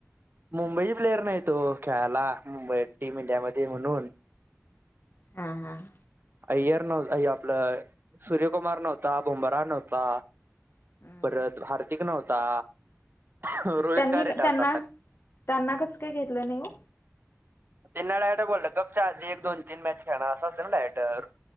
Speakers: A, on the right (about 45°); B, on the left (about 50°).
A: मुंबई प्लेयर नाहीत ओ खेळायला मुंबईत, टीम इंडियामध्ये म्हणून
B: हां हां.
A: अय्यर नव्ह, अय आपलं सूर्यकुमार नव्हता, बुंबरा नव्हता.
B: हम्म
A: परत, हार्दिक नव्हता. रोहित
B: त्यांनी
A: काय रिटायर
B: त्यांना,
A: झाला
B: त्यांना कसं काय घेतलं नाही ओ?
A: त्यान डायट बोल कपच्या आधी, एक दोन तीन मॅच खेळं अस नाडायटर.